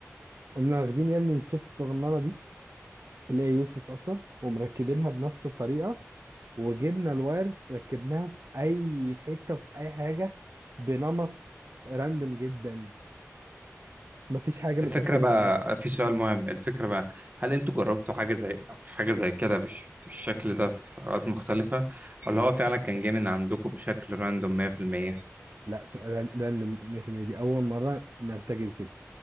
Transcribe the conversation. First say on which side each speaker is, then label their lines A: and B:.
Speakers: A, on the right; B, on the right.
A: قمنا واخدين يا ابني الشيبس الصغننة دي اللي هي يوسلس أصلا ومركبينها بنفس الطريقة وجبنا الوايرز ركبناها في أي حتة وفي أي حاجة بنمط راندم جدا مفيش حاجة متركبة
B: الفكرة بقى
A: صح
B: في سؤال مهم الفكرة بقى هل انتوا جربتوا حاجة زي حاجة زي كده بش... بالشكل ده في اوقات مختلفة ولا هو فعلا كان جاي من عندكم بشكل راندوم 100%
A: لا ش- را- راندوم 100% دي اول مره نرتجل كده